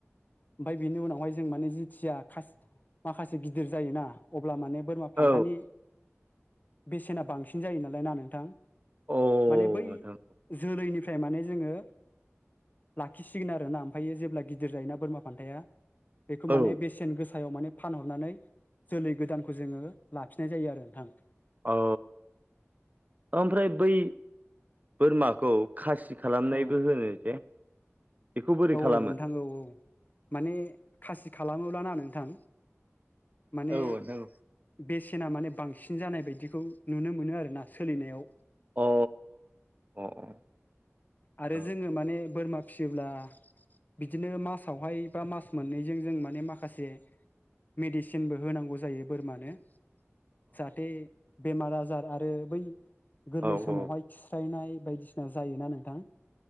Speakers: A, on the left (about 35°); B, on the right (about 35°).
A: ओमफाय बिनि उनावहाय जों माने जिथिया माखासे गिदिर जायोना अब ब्ला माने बोरमा फानथानि
B: अ
A: बेसेना बांसिन जायो नालाय ना नोंथां?
B: नोंथां
A: माने बै जोलैनि ओमफ्राय माने जोङो लाखिसिगोन आरोना ओमफायो जेब्ला गिदिर जायोना बोरमा फान्थाया बेखौ
B: औ
A: माने बेसेन गोसायाव माने फानहरनानै जोलै गोदानखौ जोङो लाफिननाय जायो आरो नोंथां।
B: औ ओमफ्राय बै बोरमाखौ खासि खालामनायबो
A: औ
B: होनो जे बेखौ बोरै
A: औ
B: खालामो?
A: औ नोंथां औ औ माने खासि खालामोब्लाना ना नोंथां माने
B: औ नोंथां
A: बे सेना माने बांसिन जानाय बायदिखौ नुनो मोनो आरोना सोलिनायाव।
B: अ अ अ
A: आरो
B: औ
A: जोङो माने बोरमा फियोब्ला बिदिनो मासावहाय बा मास मोननैजों जों माने माखासे मेडिसिनबो होनांगौ जायो बोरमानो। जाहाथे बेमार आजार आरो आरो बै गोरलै
B: औ
A: समावहाय
B: औ
A: खिस्रायनाय बायदिसिना जायोना नोंथां